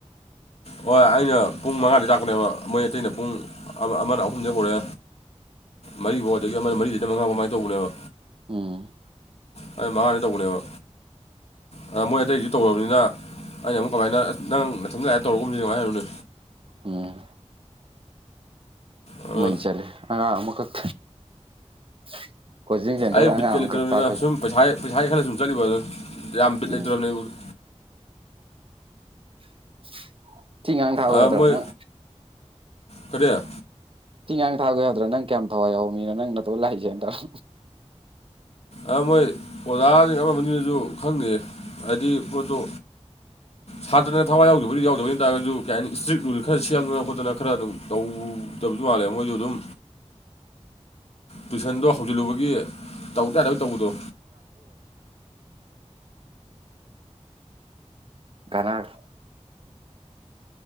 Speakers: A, on the left; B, on the right.
A: ꯍꯣꯏ ꯑꯩꯅ ꯄꯨꯡ ꯃꯉꯥꯗꯒꯤ ꯇꯥꯛꯄꯅꯦꯕ ꯃꯣꯏ ꯑꯇꯩꯅ ꯄꯨꯡ ꯑꯃ ꯑꯃꯅ ꯑꯍꯨꯝꯗꯩ ꯍꯧꯔꯦ ꯃꯔꯤꯕꯥꯎ ꯑꯗꯒꯤ ꯑꯃꯅ ꯃꯔꯤꯗꯒꯤꯅ ꯃꯉꯥꯐꯥꯎ ꯃꯥꯏꯅ ꯇꯧꯕꯅꯦꯕ
B: ꯎꯝ
A: ꯑꯩꯅ ꯃꯉꯥ ꯇꯧꯕꯅꯦꯕ ꯑꯗ ꯃꯣꯏ ꯑꯇꯩꯁꯨ ꯇꯧꯔꯕꯅꯤꯅ ꯑꯩꯅ ꯑꯃꯨꯛ ꯀꯃꯥꯏꯅ ꯑꯁ ꯅꯪ ꯅꯊꯟꯗ ꯂꯥꯛꯑꯦ ꯇꯧꯔꯒꯨꯝꯁꯤ ꯀꯃꯥꯏꯅ ꯍꯥꯏꯔꯨꯅꯤ
B: ꯎꯝ
A: ꯑꯗꯣ
B: ꯃꯩ ꯆꯠꯂꯦ ꯑꯉꯥꯡ ꯑꯃꯈꯛ <unintelligible> ꯁꯦꯟꯇꯔꯗ
A: ꯑꯩ ꯕꯤꯠꯀ
B: ꯑꯉꯥꯡ ꯑꯃꯈꯛ
A: ꯂꯩꯇ꯭ꯔꯕꯅꯤꯗ
B: ꯇꯥꯛꯄꯒꯤ
A: ꯁꯨꯝ ꯄꯩꯁꯥꯢꯒꯤ ꯄꯩꯁꯥꯒꯤ ꯈꯜꯂ ꯁꯨꯝ ꯆꯠꯂꯤꯕꯗꯣ ꯌꯥꯝ
B: ꯎꯝ
A: ꯕꯤꯠ ꯂꯩꯇ꯭ꯔꯕꯅꯦ ꯑꯩꯕꯨꯗ
B: <unintelligible> ꯊꯤꯉꯥꯡ ꯊꯥꯒꯣ
A: ꯑ,
B: ꯌꯥꯗ꯭ꯔꯣ
A: ꯃꯣꯏ
B: ꯅꯪ
A: ꯀꯔꯤ ꯑ,
B: ꯊꯤꯉꯥꯡ ꯊꯥꯒꯣ ꯌꯥ ꯑꯗꯨ ꯅꯪ ꯀꯌꯥꯝ ꯊꯋꯥꯏ ꯌꯥꯎꯕ ꯃꯤꯅꯣ ꯅꯪ ꯅꯇꯣꯟ ꯂꯥꯛꯢꯖꯦꯅ ꯇꯧꯔ
A: ꯑ ꯃꯣꯏ ꯑꯣꯖꯥꯖꯤꯡ ꯑꯃꯅꯤꯅꯖꯨ ꯈꯪꯗꯦ ꯑꯗꯤ ꯄꯣꯠꯇꯣ ꯁꯥꯇ꯭ꯔꯅ ꯊꯋꯥꯏ ꯌꯥꯎꯗꯕꯒꯤ ꯌꯥꯎꯗꯕꯩꯅꯤ ꯇꯥꯔꯒꯁꯨ ꯀꯩ ꯍꯥꯏꯅꯤ ꯏꯁꯇ꯭ꯔꯤꯛ ꯔꯨꯜ ꯈꯔ ꯁꯦꯝꯗꯅ ꯈꯣꯠꯇꯅ ꯈꯔ ꯑꯗꯨꯝ ꯇꯧꯗꯕꯁꯨ ꯃꯥꯜꯂꯦ ꯃꯣꯏꯁꯨ ꯑꯗꯨꯝ ꯇꯨꯏꯁꯟꯗꯣ ꯍꯧꯖꯤꯜꯂꯨꯕꯒꯤ ꯇꯧꯗ ꯌꯥꯗꯕꯒꯤ ꯇꯧꯕꯗꯣ
B: ꯀꯅꯥꯒ